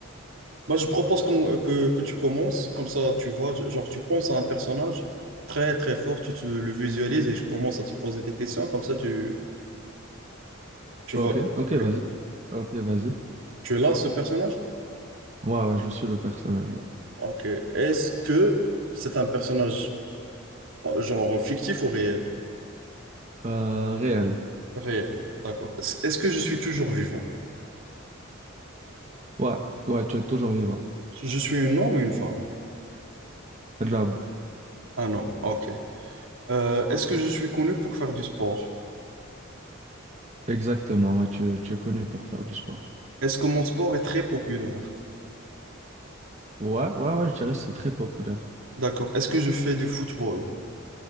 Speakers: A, on the right; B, on the right.
A: moi je propose qu'on- euh, que, que tu commences, comme ça, tu vois, genre, tu penses à un personnage très, très fort, tu, tu le visualises et je commence à te poser des questions, comme ça, tu, tu
B: Ok,
A: vois.
B: ok,
A: Ok.
B: vas-y. Ok, vas-y.
A: Tu es là, ce personnage?
B: Ouais, ouais, je suis le personnage. ouais.
A: Ok. Est-ce que c'est un personnage, euh, genre, fictif ou réel?
B: Euh, réel.
A: Réel, d'accord. Est-ce est-ce que je suis toujours vivant?
B: Ouais, ouais, tu es toujours vivant.
A: Je suis un homme ou une femme?
B: Lob.
A: Un homme, ok. Euh, est-ce que je suis connu pour faire du sport?
B: Exactement, ouais, tu, tu es connu pour faire du sport.
A: Est-ce que mon sport est très populaire?
B: Ouais, ouais, ouais, je dirais que c'est très populaire.
A: D'accord. Est-ce que je fais du football?